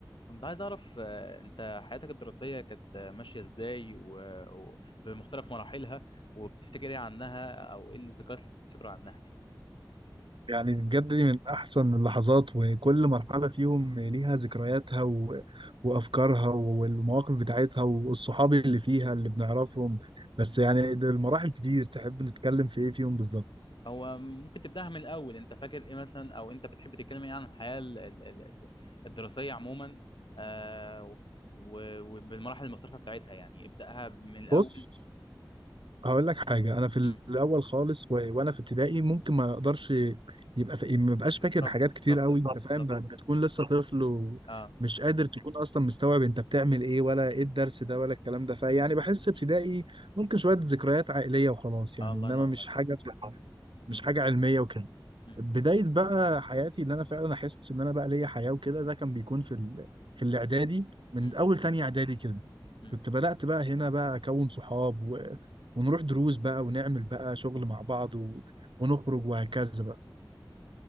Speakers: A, on the left (about 75°); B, on the right (about 80°).
A: كنت عايز أعرف آه، أنت حياتك الدراسية كانت آه، ماشية إزاي و- و- بمختلف مراحلها وبتفتكر إيه عنها أو إيه الذكريات اللي بتفتكرها عنها يعني
B: يعني بجد دي من أحسن اللحظات وكل مرحلة فيهم ليها ذكرياتها و... وأفكارها والمواقف بتاعتها والصحاب اللي فيها اللي بنعرفهم بس يعني ده المراحل كتير تحب نتكلم في إيه فيهم بالظبط
A: هو ممكن تبدأها من الأول أنت فاكر إيه مثلا أو أنت بتحب تتكلم إيه عن الحياة ال- ال- ال- ال- الدراسية عموما آه، و- و- وبالمراحل المختلفة بتاعتها يعني ابدأها من الأول
B: بص هقول لك حاجة أنا في
A: مم،
B: الأول خالص و... وأنا في ابتدائي ممكن ما أقدرش يبقى ف... ما بقاش فاكر
A: بالظبط
B: حاجات كتير
A: بالظبط
B: قوي أنت
A: بالظبط
B: فاهم ب- بتكون لسه طفل
A: أه
B: ومش قادر تكون أصلا مستوعب أنت بتعمل إيه ولا إيه الدرس ده ولا الكلام ده فيعني بحس ابتدائي
A: مم،
B: ممكن شوية ذكريات عائلية وخلاص يعني
A: آه الله
B: إنما
A: ينور
B: مش
A: عليك
B: حاجة في...
A: مم،
B: مش حاجة علمية وكده
A: مم،
B: بداية بقى حياتي اللي أنا فعلا أحس إن أنا بقى ليا حياة وكده ده كان بيكون في ال... في الإعدادي من
A: مم،
B: أول تانية إعدادي كده
A: مم.
B: كنت بدأت بقى هنا بقى أكون صحاب و... ونروح دروس بقى ونعمل بقى شغل مع بعض و... ونخرج وهكذا بقى